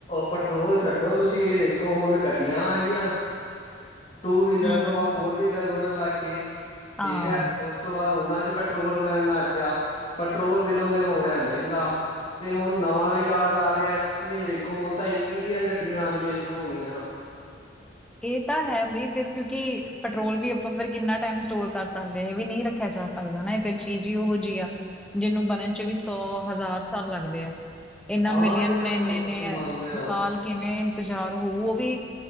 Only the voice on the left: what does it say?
ਪੈਟਰੋਲ ਛੱਡੋ ਤੁਸੀਂ ਇਹ ਦੇਖੋ ਹੁਣ ਗੱਡੀਆਂ ਆ ਗਈਆਂ ਟੂ ਵੀਲਰ
ਤੋਂ ਬਾਅਦ ਫੋਰ ਵੀਲਰ ਬਣਨ ਲੱਗ ਗਏ,
ਠੀਕ ਹੈ, ਉਸ ਉਸ ਤੋਂ ਬਾਅਦ ਉਹਨਾਂ ਚ ਪੈਟਰੋਲ ਪੈਣ ਲੱਗ ਗਿਆ, ਪੈਟਰੋਲ ਦਿਨੋ ਦਿਨ ਹੋ ਰਿਹਾ ਮਹਿੰਗਾ। ਤੇ ਹੁਣ ਨਵਾਂ ਵਿਕਾਸ ਆ ਰਿਹਾ ਤੁਸੀਂ ਇਹ ਵੇਖੋ, ਹੁਣ ਤਾਂ ਈਵੀ ਦੀਆਂ ਗੱਡੀਆਂ ਆਣੀਆਂ ਸ਼ੁਰੂ ਹੋ ਗਈ ਆ
ਹਾਂ
ਇਹ ਤਾਂ
ਅਸੀਂ ਮੰਨਦੇ ਹਾਂ